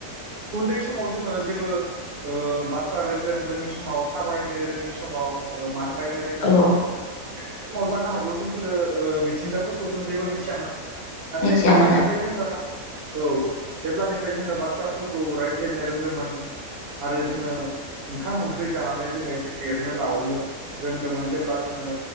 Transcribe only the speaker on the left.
औ
मिथियामोन
औ